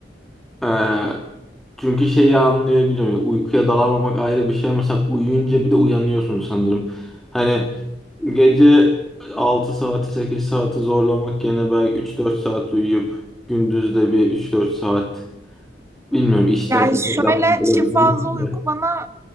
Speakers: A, in the centre; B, on the right (about 15°).
A: ee, çünkü şeyi anlayabiliyorum. Uykuya dalamamak ayrı bir şey. Mesela uyuyunca bir de uyanıyorsun sanırım. Hani Gece altı saati 8 saati zorlamak gene belki üç dört saat uyuyup gündüz de bir üç dört saat bilmiyorum işten
B: Yani
A: geçerden
B: şöyle
A: olabilir.
B: çift fazla
A: de.
B: uyku bana